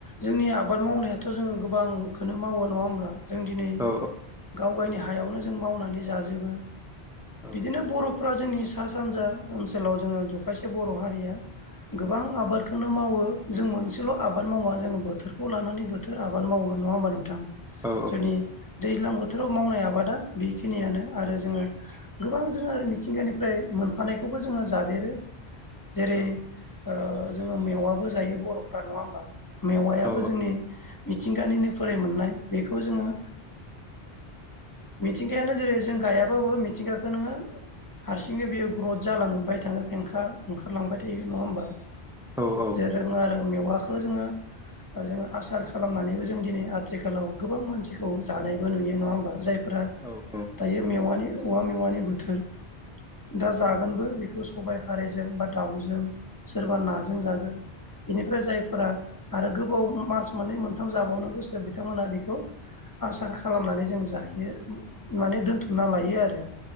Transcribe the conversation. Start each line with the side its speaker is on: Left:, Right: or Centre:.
Left: जोंनि आबाद मावनायाथ' जों गोबांखौनो मावो नंङा होमब्ला? जों दिनै
Centre: औ
Left: गावगायनि हायावनो जों मावनानै जाजोबो
Centre: औ
Left: बिदिनो बर' फरा जोंनि सा सानजा ओनसोलाव जों जखायसे बर' हारिया गोबां आबादखौनो मावो जों मोनसेल' आबाद मावा जों बोथोरखौ लानानै बोथोर आबाद मावो नङामबा नोंथां?
Centre: औ
Left: जोंनि दैज्लां बोथोराव मावनाय आबादा बेखिनियानो आरो जोंङ गोबां जों आरो मिथिंगानिफ्राय मोनफानायखौबो जोंङ जादेरो जेरै
Centre: औ
Left: औ जोङो मेवाबो जायो बर'फ्रा नङा होमबा मेवायाबो
Centre: औ
Left: जोंनि मिथिंगानिनो फोराय मोननाय। बेखौ जोंङो मिथिंगायानो जेरै जों गायाबाबो मि थिंगाखो नोङो हारसिंनो बेयो ग्रथ जालांबाय थाङो फेंखा ओंखारलांबाय थायो नङा होमबा?
Centre: औ
Left: जेरों आरो मेवाखौ जोङो जों आसार खालामनानैबो जों दिनै आथिखालाव गोबां मानसिखौ जानायबो नुयो नङा होमबा जाय फ्रा
Centre: औ औ
Left: दायो मेवा औवा मेवानि बोथोर। दा जागोनबो बेखौ सबाइ खारैजों बा दाउजों सोरबा नाजों जागोन। बेनिफ्राय जायफोरा आरो गोबाव मास मोननै मोनथाम जाबावनो गोसो बिथांमोना बेखौ आसार खालामनानै जों जायो माने दोनथुमना लायो आ रो